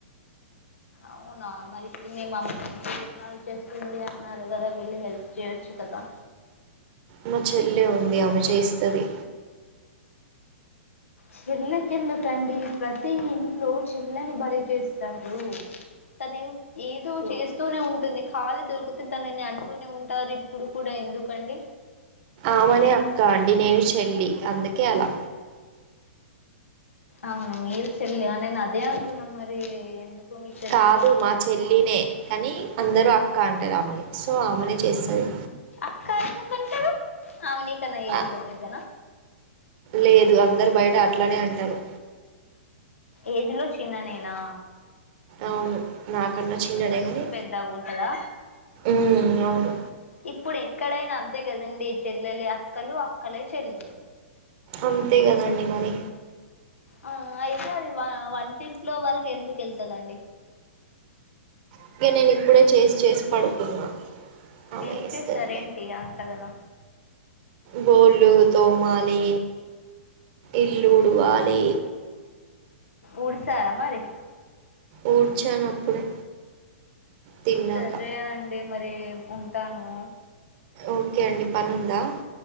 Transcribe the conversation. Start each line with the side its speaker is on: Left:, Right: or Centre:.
Left: అవునా మరి ఇప్పుడు మీ మ అమ్మ ఏ గుణాలు చేస్తుంది అన్నారు కదా వెళ్ళి హెల్ప్ చేయొచ్చు కదా
Right: మా చెల్లె ఉంది ఆమె చేస్తది
Left: చెల్ల కిందకండి ప్రతి ఇంట్లో చెల్లని బలి చేస్తారు తన ఏదో చేస్తూనే ఉంటుంది ఖాళీ దొరికితే తనని అంటూనే ఉంటారు ఇప్పుడు కూడా ఎందుకండి
Right: ఆమనే అక్క అండి నేను చెల్లి అందుకే అలా
Left: అవున మీరు చెల్లి నేన్ అదే అంటు నమ్ మరి ఎందుకు మీ చెల్లిని
Right: కాదు మా చెల్లినే కానీ అందరూ అక్క అంటారు ఆమని సో ఆమెని చేస్తది
Left: అక్క ఎందుకంటారు ఆమె నీకన్నా ఏజ్
Right: ఆ
Left: లో పెద్దనా
Right: లేదు అందరు అట్లానే అంటారు
Left: ఏజ్ లో చిన్ననే న్నా
Right: అవును చిన్నదే అండి
Left: పెద్దగా ఉంటదా
Right: మ్మ్ అవును
Left: ఇప్పుడు ఎక్కడైనా అంతే కదండి చెల్లెలే అక్కలు అక్కలే చెల్లెలు
Right: అంతే కదండి మరి
Left: ఆ అయితే ఆ అది వంటింట్లో వరకు ఎందుకు వెళ్తుందిండి
Right: ఇంక నేను ఇప్పుడే చేసి చేసి పడుకున్నా ఆమె
Left: ఏం
Right: చేస్తది
Left: చేస్తార ఏంటి అంతగాన
Right: గోళ్ళ తోమాలి ఇల్లు ఉడ్వలి
Left: ఊడిసారా మరి
Right: ఊడ్చాను అప్పుడే తిన్నాక
Left: సరే అండి, మరి ఉన్ టాను.
Right: ఓకే అండి, పనుందా?